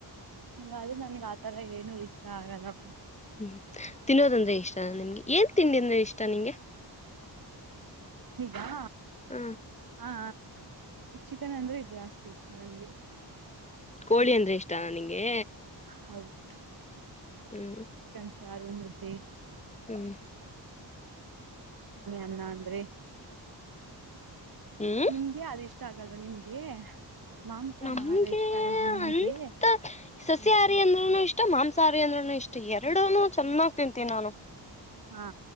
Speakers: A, on the right; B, on the left.
A: ಹಂಗ ಅದು ನನ್ಗ್ ಆತರ ಏನು ಇಷ್ಟ ಆಗಲ್ಲಪ್ಪ.
B: ಹ್ಮ್ಮ್ ತಿನ್ನೋದಂದ್ರೆ ಇಷ್ಟ ನಿಮ್ಗೆ ಏನ್ ತಿಂಡಿ ಅಂದ್ರೆ ಇಷ್ಟ ನಿಂಗೆ.
A: ಹಾ
B: ಹ
A: ಹಾ. ಚಿಕನ್ ಅಂದ್ರೆದು ಜಾಸ್ತಿ ಇಷ್ಟ ನನ್ಗೆ.
B: ಕೋಳಿ ಅಂದ್ರೆ ಇಷ್ಟಾನ ನಿಂಗೆ.
A: ಹೌದು
B: ಹ್ಮ್
A: ಕಂಚಾರು ಮೂರ್ತಿ.
B: ಹ್ಮ್.
A: <unintelligible>
B: ಹ್ಮ್
A: ನಿಮ್ಗೆ ಅದು ಇಷ್ಟ ಆಗಲ್ವಾ ನಿಮ್ಗೆ. ಮಾಂಸಾಹಾರ
B: ನಮ್ಗೆ
A: ಇಷ್ಟ ಆಗಲ್ವಾ ನಿಮ್ಗೆ
B: ಅಂತ ಸಸಿಹಾರಿ ಅಂದ್ರುನು ಇಷ್ಟ ಮಾಂಸ. ಸಾರಿ ಅಂದ್ರೂ ಇಷ್ಟು ಎರಡು ಚೆನ್ನಾಗಿ ತಿಂತೀನಿ ನಾನು
A: ಹಾ